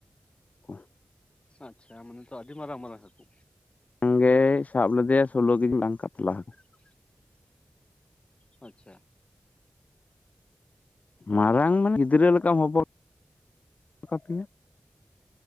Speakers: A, on the left; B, on the left.
A: ᱦᱟᱹᱠᱩ
B: ᱟᱪᱪᱷᱟ ᱢᱟᱱᱮ ᱛᱚ ᱟᱹᱰᱤ ᱢᱟᱨᱟᱝ ᱢᱟᱨᱟᱝ ᱦᱟᱠᱩ
A: ᱦᱮᱜᱮ ᱥᱟᱵ ᱞᱮᱫᱮᱭᱟᱭ ᱥᱳᱞᱳᱠᱤᱡᱤ ᱵᱟᱝ ᱠᱟᱛᱞᱟ ᱦᱟᱠᱩ
B: <inaudible> ᱟᱪᱪᱷᱟ
A: ᱢᱟᱨᱟᱝ ᱢᱟᱱᱮ ᱜᱤᱫᱽᱨᱟᱹ ᱞᱮᱠᱟᱢ ᱦᱚᱵᱚᱨ ᱠᱟᱯᱮᱭᱟ